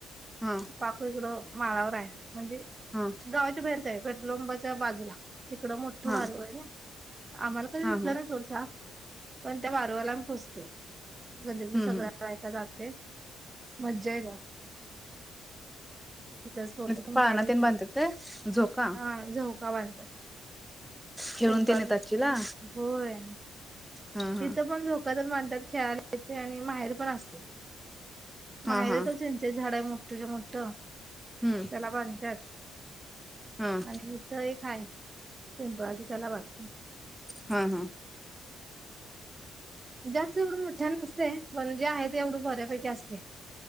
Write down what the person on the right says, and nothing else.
पाक इकडं माळावर आहे म्हणजे,
गावाच्या बाहेरचं आहे. पेट्रोलपंपाच्या बाजूला. तिकडं मोठं
वारूळ
आहे ना. आम्हाला कधी
दिसलं
नाही सोड साप. पण त्या वारूळाला आम्ही पुजतयं. गल्लीतले
सगळ्या बायका जात. ते, मज्जा ये ला. तिच्या सोटीतून
काढायचंय.
हा झऊका बांधतात.
पिंपळाचच,
होय.
तिथ पण झोकाचच म्हणतात खेळाला तिथे आणि माहेर पण असते माहेरच
चिंचेचे झाड आहे म. तुझ मुट्ठ
त्याला बांधत्यात
आणि इथ एक हाय. पिंपळाज त्याला बांध
जास् जवढ मोठ्या नसतय. पण जे आहे ते एवढं बऱ्यापैकी असते.